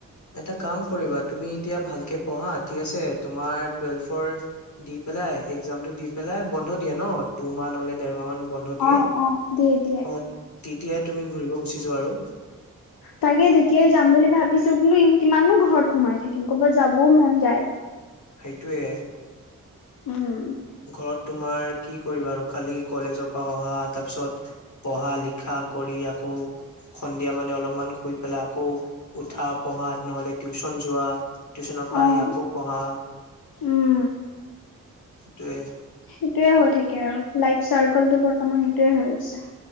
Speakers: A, on the left (about 50°); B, on the left (about 80°).
A: এটা কাম কৰিবা তুমি এতিয়া ভালকে পঢ়া, ঠিক আছে? তোমাৰ টুৱেলভৰ দি পেলাই এক্সামটো দি পেলাই বন্ধ দিয়ে ন দুমাহ নহলে দেৰ মাহ মান বন্ধ দিয়ে
B: অ' অ' দিয়ে-দিয়ে
A: অ তেতিয়াই তুমি ঘুৰিব গুচি যোৱা আৰু
B: তাকে তেতিয়াই যাম বুলি ভাবিছো কিন কিমান ন ঘৰত সোমাই থাকিম ক'ৰবাত যাবও মন যায়।
A: সেইটোয়ে
B: উম
A: ঘৰত তোমাৰ কি কৰিবা আৰু খালি কলেজৰ পৰা অহা তাৰপিছত পঢ়া লিখা কৰি আকৌ সন্ধিয়া মানে অলপমান শুই পেলাই আকৌ উঠা পঢ়া নহলে টিউচন যোৱা। টিউচনৰ পৰা
B: অ',
A: আহি আকৌ পঢ়া।
B: উম,
A: সেইটোয়ে
B: সেইটোয়ে হৈ থাকে আৰু লাইফ চাৰ্কলটো বৰ্তমান এইটোৱে হৈ গৈছে।